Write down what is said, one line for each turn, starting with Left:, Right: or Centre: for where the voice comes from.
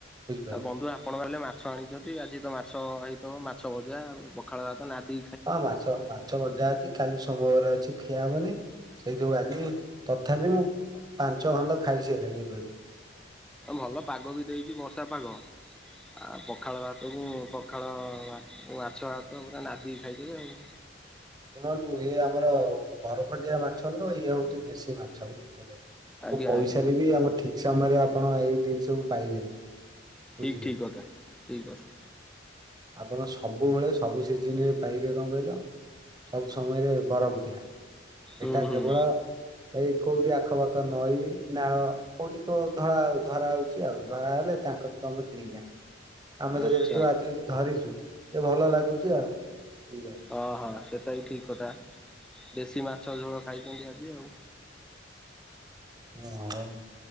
Right: ବୁଝିପାରିଲେ।
Centre: ଆଉ ବନ୍ଧୁ ଆପଣ କାଳେ ମାଛ ଆଣିଚନ୍ତି। ଆଜି ତ ମାଛ ହେଇଥିବ ମାଛ ଭଜା ପଖାଳ ଭାତ ନାଦି
Right: ହଁ ମାଛ ମାଛ ଭଜା ଅଛି କାଲି ସୋମବାର ଅଛି ଖିଆ ହବନି। ସେଇ ଯୋଗୁଁ ଆଜି ତ ଥାପି ମୁଁ ପାଞ୍ଚ ଖଣ୍ଡ ଖାଇ ସାରିଲିଣି ଏବେ ବି।
Centre: ଏ ଭଲ ପାଗ ବି ଦେଇଚି ବର୍ଷା ପାଗ। ଆ ପଖାଳ ଭାତକୁ ପଖାଳ ଏ ମାଛ, ଭାତ ପୁରା ନାଦିକି ଖାଇଦେବେ ଆଉ।
Right: ଶୁଣନ୍ତୁ ଇଏ ଆମର ବରଫଦିଆ ମାଛ ନୁହଁ ଇଏ ହଉଚି ଦେଶୀ ମାଛ। ଆକୁ
Centre: ଆଜ୍ଞା
Right: ପଇସାରେ
Centre: ଆଜ୍ଞା
Right: ବି ଆମ ଠିକ ସମୟରେ ଆପଣ ଏଇ ଜିନିଷକୁୁ ପାଇବେନି। ବୁଝିଲେ।
Centre: ଠିକ୍ ଠିକ୍ କଥା ଠିକ୍ କଥା।
Right: ଆପଣ ସବୁବେଳେ ସବୁ ସିଜିନ୍ ରେ ପାଇବେ କଣ କହିଲ? ସବୁ ସମୟରେ ବରଫ ଦିଆ ଏଟା
Centre: ହୁଁ ହୁଁ
Right: କେବଳ ଏଇ କୋଉଠି ଆଖପାଖ ନଈ, ନାଳ କୋଉଠି କୋଉ ଧଳା ଧରା ହଉଚି ଆଉ ଧରା ହେଲେ ତାଙ୍କ ତମେ କିଣିକି ଆଣିବ। ଆମେ ତ
Centre: ଆଚ୍ଛା।
Right: ଯେଦେ ତୁ ଆଜି ଧରିଚୁ ତେ ଭଲ ଲାଗୁଚ ଆଉ। ବୁଝିପାଇ
Centre: ଓଃହ ସେଟା ବିି ଠିକ୍ କଥା ଦେଶୀ ମାଛ ଝୋଳ ଖାଇଚନ୍ତି ଆଜି ଆଉ।
Right: ଓଃ ହଉ